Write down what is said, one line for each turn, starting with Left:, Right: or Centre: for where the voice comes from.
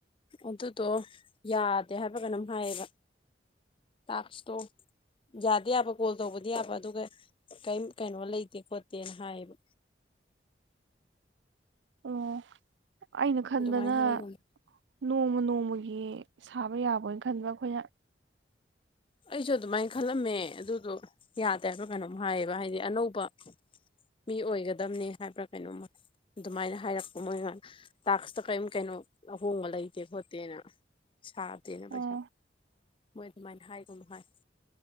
Left: ꯑꯗꯨꯗꯣ ꯌꯥ ꯗꯦ ꯍꯥꯏꯕꯔ ꯀꯩꯅꯣꯝ ꯍꯥꯏꯌꯦꯕ ꯇꯥꯛꯁꯇꯣ ꯌꯥꯗꯤ ꯌꯥꯕ ꯀꯣꯜ ꯇꯧꯕꯗꯤ ꯌꯥꯕ ꯑꯗꯨꯒ ꯀꯔꯤꯝ ꯀꯩꯅꯣ ꯂꯩꯇꯦ ꯈꯣꯠꯇꯦꯅ ꯍꯥꯏꯌꯦꯕ
Right: ꯑꯣ ꯑꯩꯅ ꯈꯟꯕꯅ
Left: ꯑꯗꯨꯃꯥꯏꯅ ꯍꯥꯏꯒꯨꯝ
Right: ꯅꯣꯡꯃ ꯅꯣꯡꯃꯒꯤ ꯁꯥꯕ ꯌꯥꯕꯣꯏ ꯈꯟꯕ ꯑꯈꯣꯏꯅ
Left: ꯑꯩꯁꯨ ꯑꯗꯨꯃꯥꯏ ꯈꯜꯂꯝꯃꯦ ꯑꯗꯨꯗꯨ ꯌꯥꯗꯦ ꯍꯥꯏꯕ ꯀꯩꯅꯣꯝ ꯍꯥꯏꯌꯦꯕ ꯍꯥꯏꯗꯤ ꯑꯅꯧꯕ ꯃꯤ ꯑꯣꯏꯒꯗꯝꯅꯤ ꯍꯥꯏꯕ꯭ꯔꯥ ꯀꯩꯅꯣꯝ ꯃ ꯑꯗꯨꯃꯥꯏꯅ ꯍꯥꯏꯔꯛꯄ ꯃꯣꯏꯅ ꯇꯥꯛꯁꯇ ꯀꯔꯤꯝ ꯀꯩꯅꯣ ꯑꯍꯣꯡꯕ ꯂꯩꯇꯦ ꯈꯣꯠꯇꯦꯅ ꯁꯥꯗꯦꯅ
Right: ꯑꯣ
Left: ꯄꯩꯁꯥ ꯃꯣꯏ ꯑꯗꯨꯃꯥꯏꯅ ꯍꯥꯏ ꯎꯝꯍꯥꯏ